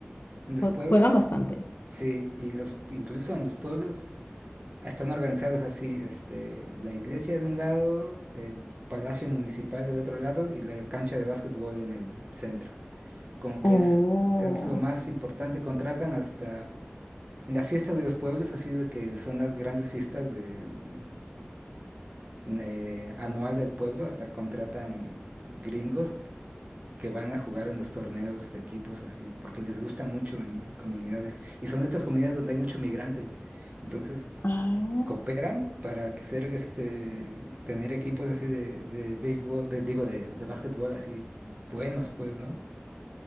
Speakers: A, on the right (about 35°); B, on the left (about 55°).
A: en los
B: jue-
A: pueblos,
B: juegan bastante.
A: sí, y los, incluso en los pueblos están organizados así, este, la iglesia de un lado, el palacio municipal del otro lado y la cancha de básquetbol en el centro. Como
B: Oh,
A: que es, es lo más importante, contratan hasta En las fiestas de los pueblos, así de que son las grandes fiestas de, mm, eh, anual del pueblo, hasta contratan gringos que van a jugar en los torneos de equipos así, porque les gusta mucho en las comunidades. Y son estas comunidades donde hay mucho migrante. Entonces
B: ah,
A: cooperan para que ser este, tener equipos así de, de béisbol, de, digo, de, de básquetbol así buenos, pues, ¿no?